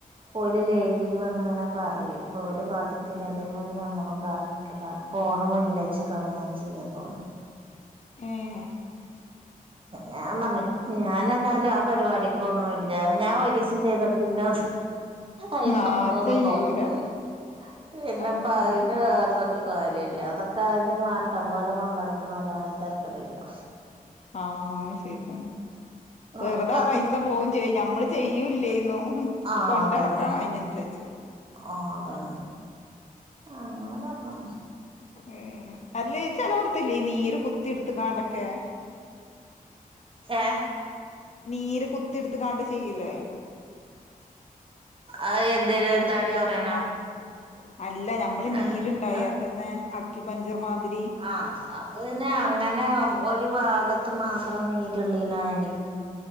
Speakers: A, on the right; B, on the left.
A: ഓല് ലൈവില് വന്ന്ങ്ങനെ പറയു ഓല് കാട്ടിത്തെരു അതേമാരി ഞമ്മളും കാ ഫ ഫോണ് മുന്നിൽ വച്ച് കാണ് അ ചെയ്യാ തോന്ന്
B: ഏഹ്
A: ഞാൻ പർഞ്ഞ് ഞാനെതാലും ആ പരിപാടിക്കാെന്നുല്ലാ ഞാൻ ഒരീസം ചെയ്താ പിന്നൊ അയ്മക്കൊന്നും
B: ആ ചെയ്യൂല
A: നോക്കൂലാ പിന്നെപ്പയ്ന്
B: അതന്നെ
A: നട്ന്ന് ട്ട് കാര്യല്ല അതൊക്കെ അയ്ന്റെ മട്ടം പോലെ കൊണ്ടട്ക്ക്ണാേലാണെ തെര്ക്കെട്ല്ലാ
B: ആഹ് അത് ശെര്യാണ്
A: ആഹ്
B: വെറ്തെ
A: പറഞ്ഞു
B: ആ പൈസ പോവും ചെയ്യും ഞമ്മള് ചെയ്യുല്ലേന്നൂ
A: ആഹ്
B: കൊണ്ടട്ക്കണം
A: അതന്നെ
B: അയ്നൻസര്ച്ച്
A: ആഹ് അതാണ് അങ്ങെനെ പർഞ്ഞ്
B: ഊം അല്ലേ ചെലാേറ്ത്‌ല്ലേ ഈ നീര് കുത്തിട്ത്ത്ക്കാണ്ടൊക്കെ
A: ഏഹ്
B: നീര് കുത്തിട്ത്ത്കാണ്ട് ചെയ്യ്ലേ
A: അത് എന്തിന്
B: അക്യുപഞ്ചർ
A: തടി കൊറ്യാനോ
B: മോ അല്ല ഞമ്മള് നീര്ണ്ടായാപ്പെന്നെ
A: ആഹ്
B: അക്കിപഞ്ചർ മാത്‌രി
A: ആഹ് അത് പിന്നെ അങ്ങനെ ഒര് ഭാഗത്ത് മാത്രം നീര് ള്ളിനാണെടി